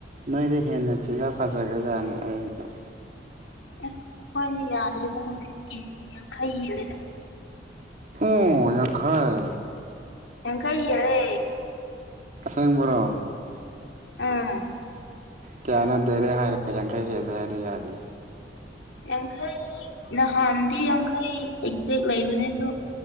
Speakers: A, on the right; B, on the left.
A: ꯅꯣꯏꯗ ꯍꯦꯟꯅ ꯐꯤꯖ ꯐꯖꯈ꯭ꯔꯖꯥꯠꯅꯤ ꯑ
B: ꯑꯁ ꯑꯩꯈꯣꯏꯗꯤ ꯌꯥꯗ꯭ꯔꯔꯤꯗ ꯍꯧꯖꯤꯛ ꯀꯦꯖꯤ ꯌꯥꯡꯈꯩ ꯍꯦꯜꯂꯦꯗ
A: ꯎ ꯌꯥꯡꯈꯩ
B: ꯌꯦ ꯀꯩꯔꯦ
A: ꯑꯁꯦꯡ ꯣꯔꯣ
B: ꯑꯝ
A: ꯀꯌꯥꯅ ꯗꯔꯦ ꯍꯥꯏꯔꯖꯪꯈꯩ ꯀꯦꯗ ꯍꯥꯏꯔ ꯌꯥꯔꯤ
B: ꯌꯥꯡꯈ ꯅꯍꯥꯟ ꯗꯤ ꯌꯥꯡꯈꯩ ꯑꯦꯛꯖꯦꯛ ꯂꯩꯕꯅꯦ ꯑꯗꯣ